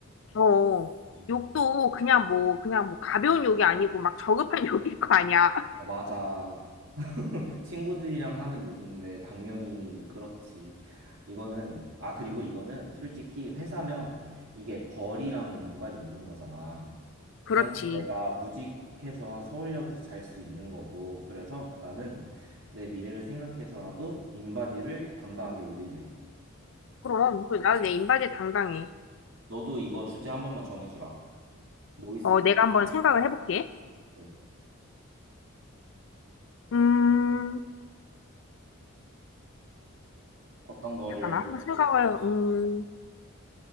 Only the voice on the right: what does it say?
음.
아, 맞아. 친구들이랑 하는 욕인데 당연히 그렇지. 이거는 아 그리고 이거는 솔직히 회사면 이게 벌이랑 연관이 있는 거잖아.
당장 내가 무직해서 서울역에서 잘 수도 있는 거고. 그래서 나는 내 미래를 생각해서라도 인바디를 당당하게 올릴래.
너도 이거 주제 한 번만 정해주라. 뭐 있을
것
같아?
어떤 거를
하고
싶을까?